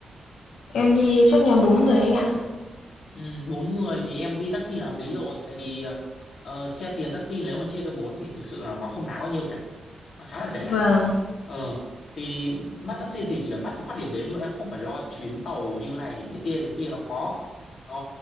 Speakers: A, on the left; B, on the left.
A: Em đi chắc nhóm bốn người anh ạ.
B: Ừ, bốn người thì em đi taxi là hợp lý rồi tại vì ờ, xe tiền taxi nếu mà chia cho bốn thì thực sự là nó không đáng bao nhiêu cả nó khá là rẻ
A: vàng
B: nó ờ thì bắt taxi thì chỉ cần bắt một phát điểm đến luôn em không phải lo chuyến tàu như này thế kia thế kia nó khó Ờ,